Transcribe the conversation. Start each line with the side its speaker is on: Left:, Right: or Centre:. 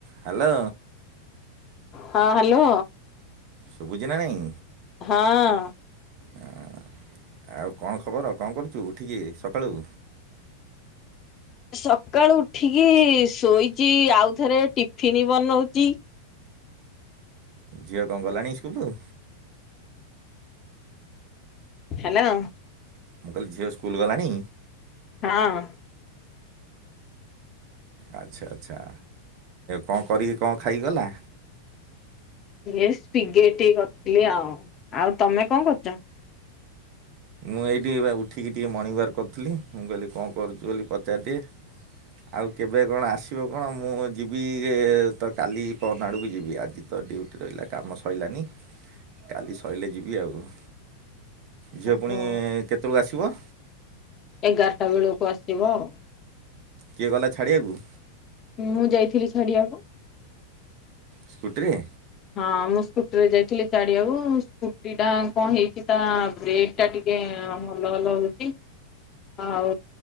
Right: Hello
Left: ହଁ hello
Right: ଶୁଭୁଛି ନା ନାଇଁ
Left: ହଁ
Right: ହଁ ଆଉ କଣ ଖବର କଣ କରୁଛୁ ଉଠିକି ସକାଳୁ?
Left: ସକାଳୁ ଉଠିକି ଶୋଇଚି ଆଉ ଥରେ ଟିଫିନ୍ ବନାଉଛି
Right: ଝିଅ କଣ ଗଲାଣି ସ୍କୁଲରୁ?
Left: ହାଲୋ
Right: ମୁଁ କହିଲି ଝିଅ ସ୍କୁଲ ଗଲାଣି?
Left: ହଁ
Right: ଆଚ୍ଛା ଆଚ୍ଛା କଣ କରିକି କଣ ଖାଇଗଲା।?
Left: <unintelligible> କରିଥିଲି ଆଉ ଆଉ ତମେ କଣ କରୁଛ?
Right: ମୁଁ ଏଇଠି ଉଠିକି ଟିକେ ମର୍ଣିିୱର୍କ କରୁଥିଲି ମୁଁ କହିଲି କଣ କରୁଛି ବୋଲି ପଚାରିଦିଏ? ଆଉ କେବେ କଣ ଆସିବ କଣ ମୁଁ ଯିବି ଇଏ ତ କାଲି ପହର ଦିନ ଆଡ଼କୁ ଯିବି ଆଜି ତ ଡ୍ୟୁଟି ରହିଲା କାମ ସଇଲାନି କାଲି ସଇଲେ ଯିବି ଆଉ। ଝିଅ
Left: ଓହୋ
Right: ପୁଣି କେତେବେଳକୁ ଆସିବ?
Left: ଏଗାରଟା ବେଳକୁ ଆସିବ ଆଉ।
Right: କିଏ ଗଲା ଛାଡ଼ିବାକୁ?
Left: ମୁଁ ଯାଇଥିଲି ଛାଡିବାକୁ।
Right: ସ୍କୁଟିରେ
Left: ହଁ ମୁଁ ସ୍କୁଟିରେ ଯାଇଥିଲି ଛାଡିବାକୁ ସ୍କୁଟି ଟା କଣ ହେଇଛି ତା ବ୍ରେକ୍ ସେଟା ଟିକେ ହଲ ହଲ ହଉଛି। ଆଉ